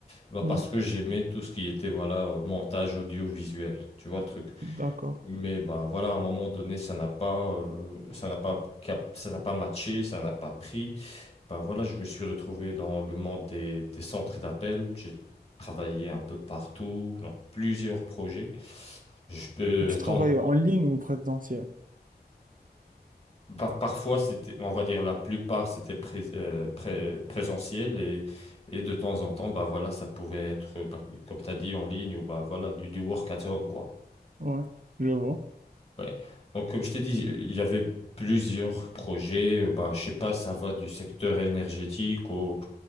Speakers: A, on the left; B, on the right.
A: Bah,
B: Ouais,
A: parce que j'aimais tout ce qui était, voilà, euh, montage audiovisuel. Tu vois le truc.
B: d'accord.
A: Mais ben, voilà, à un moment donné, ça n'a pas, euh, ça n'a pas, cap- ça n'a pas matché, ça n'a pas pris. Ben, voilà, je me suis retrouvé dans le monde des, des centres d'appel. J'ai travaillé un peu partout, dans plusieurs projets. Je peux,
B: Et tu
A: euh, t'en-
B: travailles en ligne ou présentiel?
A: par- parfois, c'était, on va dire la plupart, c'était pré- euh, pré- présentiel et, et de temps en temps, bah voilà, ça pouvait être, euh, par- comme tu as dit, en ligne ou bah voilà, du, du work at home, quoi.
B: Ouais, je vois.
A: Ouais. Donc, comme je t'ai dit, il y avait plusieurs projets. euh, Bah, je sais pas, ça va du secteur énergétique au,